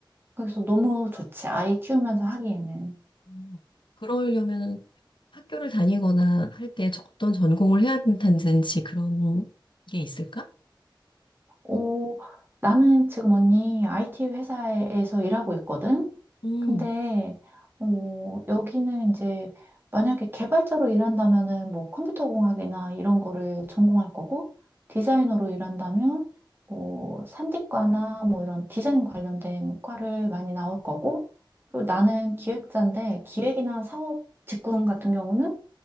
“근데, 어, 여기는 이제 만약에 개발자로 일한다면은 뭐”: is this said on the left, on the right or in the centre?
Right